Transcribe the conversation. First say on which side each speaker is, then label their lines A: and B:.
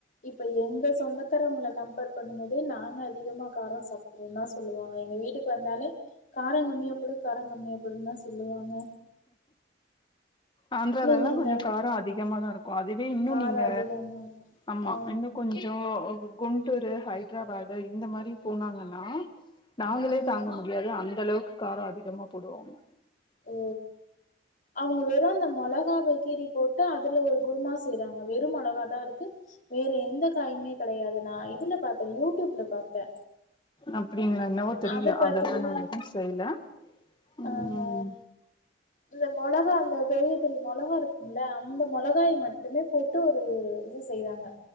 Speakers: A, on the left (about 40°); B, on the left (about 25°).
A: இப்ப எங்க சொந்தக்காரவங்களை கம்பேர் பண்ணும் போதே நாங்க அதிகமா காரம் சாப்பிடுறவோம் தா சொல்லுவாங்க எங்க வீட்டுக்கு வந்தாலே கார கம்மியாப்போடு கார கம்மியாப்போடுன்னு தா சொல்லுவாங்க
B: ஆந்தராலல்லா
A: நீங்க
B: கொஞ்ச
A: இந்த
B: காரோ அதிகமா தா இருக்கு அதுவே இன்னு
A: காரோ
B: நீங்க
A: அதிகமா
B: ஆமா
A: ஆ
B: இன்னு கொஞ் ஜோ குண்டூரு ஹைதராபாடு இந்த மாரி போனாங்கனா நாங்களே
A: ம்
B: தாங்க முடியாது அந்த அளவுக்கு காரோ அதிகமா போடுவோங்க
A: ஓ அவங்க வெறு அந்த மொளகாவ வை கீறி போட்டு அதுல ஒரு குருமா செய்யறாங்க வெறு மொளகா தா இருக்கு வேற எந்த காயுமே கெடையாது நா இதுல பாத்தே யூ டி யூப் ல பாத்தே
B: அப்டிங்களா என்னவோ தெரில
A: அத பாத்தீங்கன்னா
B: அதெல்லா நாங்க எதுவு செய்ல ம்
A: ஆஹா இந்த மொளகா அந்த பெரிய பெரிய மொளகா இருக்கும்ல அந்த மொளகாய மட்டுமே போட் டு ஒரு இது செய்யறாங்க